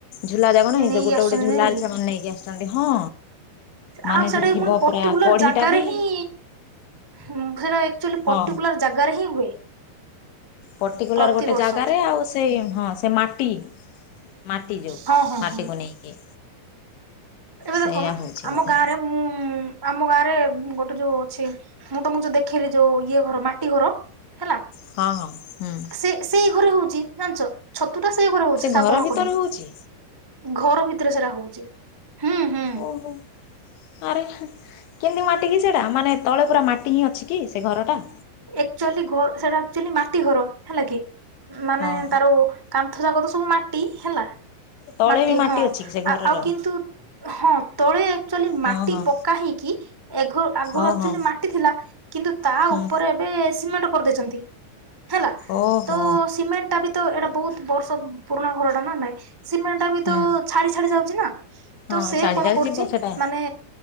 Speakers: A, on the left; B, on the right.
A: ଝୁଲା ଯାକ ନାଁଇ
B: ନେଇକି
A: ସେ ଗୋଟେ
B: ଆସୁଛନ୍ତି
A: ଗୋଟେ ଝୁଲା
B: ନାଇଁ କି?
A: ରେ ସେମାନେ ନେଇକି ଆସିଛନ୍ତି ହଁ।
B: ଆଉ
A: ମାନେ
B: ସେଇଟା
A: ସେ
B: ବି
A: ଥିବ
B: ପୁଣି ପର୍ଟିକୁଲାର
A: ପୁରା କଢିଟା
B: ଜାଗାରେ
A: ବି
B: ହିଁ ହୁଁ ସେଇଟା। ଆକ୍ଚୁଆଲି ପର୍ଟିକୁଲାର
A: ହଁ
B: ଜାଗାରେ ହିଁ ହୁଏ।
A: ପର୍ଟିକୁଲାର
B: ପ୍ରତିବର୍ଷ
A: ଗୋଟେ ଜାଗାରେ ଆଉ ସେ ହଁ ସେ ମାଟି। ମାଟି ଯୋଉ
B: ହଁ ହଁ
A: ମାଟିକୁ
B: ହଁ
A: ନେଇକି।
B: ଏବେ ଦେଖମ୍
A: ସେଇଆ ହେଉଛି
B: ଆମ
A: ବୋଧେ
B: ଗାଁରେ ମୁଁ ଆମ ଗାଁରେ ଗୋଟେ ଯୋଉ ଅଛି। ମୁଁ ତମକୁ ଯୋଉ ଦେଖେଇଲିି ଯୋଉ ଇଏ ଘର ମାଟି ଘର ହେଲା।
A: ହଁ ହଁ ହୁଁ।
B: ସେ ସେଇ ଘରେ ହଉଛି ଜାଣିଛ ଛତୁ ଟା ସେ ଘରେ ହଉଛି ଶ୍ରାବଣ
A: ଘର ଭିତରେ
B: କଡି।
A: ହଉଛି
B: ଘର ଭିତରେ ସେଇଟା ହଉଛି ହୁଁ ହୁଁ।
A: ଓହୋ। ଆରେ କେମିତି ମାଟ କିି ସେଇଟା ମାନେ ତଳେ ପୁରା ମାଟି ହିଁ ଅଛି କି ସେ ଘରଟା।
B: ଏକ୍ଚୁଆଲି ଘର ସେଟା ଆକ୍ଚୁଆଲି ମାଟି ଘର ହେଲା କି। ମାନେ
A: ହଁ
B: ତାରୋ କାନ୍ଥ ଯାକ ତ ସବୁ ମାଟି ହେଲା।
A: ତଳେ
B: ମାଟି
A: ବି
B: ହଁ
A: ଅଛି କି ସେ ଘରର?
B: ଆଉ କିନ୍ତୁ ହଁ ତଳେ ଆକ୍ଚୁଆଲି ମାଟି
A: ହଁ ହଁ
B: ପକା ହେଇକି। ଏଘ ଉ ଆଗରୁ
A: ଓହୋ
B: ଆକ୍ଚୁଲି ମାଟି ଥିଲା କିନ୍ତୁ ତା
A: ହୁଁ
B: ଉପରେ। ଏବେ ସିମେଣ୍ଟ କରି ଦେଇଛନ୍ତି ହେଲା
A: ଓହୋ
B: ତ ସିମେଣ୍ଟ ଟା ବି। ତ ଏଇଟା ବହୁତ ବର୍ଷ ପୁରୁଣା ଘରଟା ନା ନାଇଁ ସିମେଣ୍ଟ ଟା ବି
A: ହୁଁ।
B: ତ ଛାଡି ଛାଡି ଯାଉଛି ନା।
A: ହଁ
B: ତ ସେ
A: ଛାଡି
B: କଣ
A: ଛାଡି
B: କରୁଛି
A: ଯିବ ସେଟା
B: ମାନେ।